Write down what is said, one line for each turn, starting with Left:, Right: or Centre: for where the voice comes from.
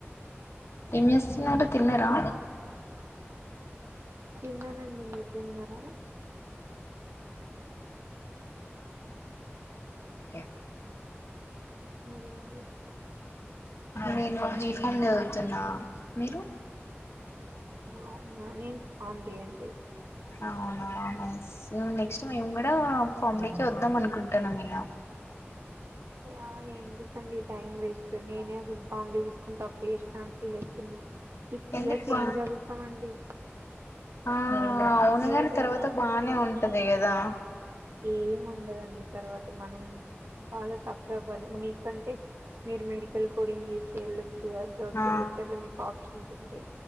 Left: ఏం చేస్తున్నారు తిన్నారా
Right: తిన్నానండి మీరు తిన్నారా.
Left: ఎ
Right: మీరేం చేస్తా
Left: నేను బి ఫోన్ చదువుతున్న మీరు
Right: అవునా నేమ్ ఫామ్ డి అండి
Left: అవునా నైస్ నెక్స్ట్ మేము కూడా ఫార్మ్ డి కి వద్దాం అనుకుంటున్నం ఇగ
Right: అ ఎందుకండి టైం వేస్ట్ నేనే అసలు ఫార్మడీ తీసుకుని తప్పు చేశనన్ని ఫీల్ అవుతున్నా సిక్స్
Left: ఎందుకు
Right: ఇయర్స్
Left: బా
Right: ఏం చదువుతాం ఆండి.
Left: ఆ
Right: సిక్స్
Left: అవునుగాని
Right: ఇయర్స్
Left: తర్వాత
Right: ఏం
Left: బానే ఉంటది కదా దా
Right: ఏం ఉండదండి తర్వాత మనం చాలా సఫర్ అవ్వాలి మీ కంటే మీరు మెడికల్ కోడింగ్ చేసి వెళ్ళొచ్చు కదా అప్పట్లో
Left: ఆ
Right: వెల్లివచ్చారు. అట్లా మీకు ఆప్షన్స్ ఉంటాయి